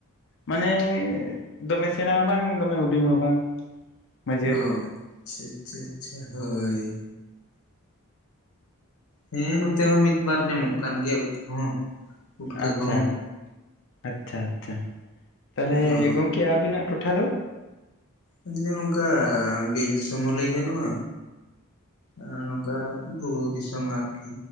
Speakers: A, on the left (about 55°); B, on the left (about 75°).
A: ᱢᱟᱱᱮᱻ ᱫᱚᱢᱮ ᱥᱮᱬᱟ ᱦᱚᱸ ᱵᱟᱝ ᱫᱚᱢᱮ ᱦᱩᱰᱤᱧ ᱦᱚᱸ ᱵᱟᱝ᱾ ᱢᱟᱹᱡᱷᱟᱹᱨᱤ
B: ᱚ ᱟᱪᱷᱟ ᱟᱪᱷᱟ ᱟᱪᱷᱟ ᱦᱳᱭ᱾ ᱦᱮᱸ ᱱᱚᱛᱮ ᱦᱚᱸ ᱢᱤᱫ ᱵᱟᱨ ᱧᱟᱢᱚᱜ ᱠᱟᱱ ᱜᱮᱭᱟ ᱩᱫ ᱠᱚᱦᱚᱸ᱾ ᱯᱩᱴᱠᱟᱹ
A: ᱟᱪᱪᱷᱟ
B: ᱠᱚᱦᱚᱸ
A: ᱟᱪᱪᱷᱟ ᱟᱪᱪᱷᱟ ᱛᱟᱞᱦᱮ
B: ᱟᱫᱚ
A: ᱜᱚᱝ ᱠᱮ ᱟᱹᱵᱤᱱᱟᱜ ᱴᱚᱴᱷᱟ ᱫᱚ?
B: ᱟᱞᱤᱧ ᱫᱚ ᱱᱚᱝᱠᱟ ᱵᱤᱨ ᱫᱤᱥᱚᱢ ᱦᱚᱸ ᱞᱟᱹᱭ ᱜᱟᱱᱚᱜᱼᱟ᱾ ᱟᱨ ᱱᱚᱝᱠᱟ ᱵᱩᱨᱩ ᱫᱤᱥᱚᱢ ᱟᱨᱠᱤ᱾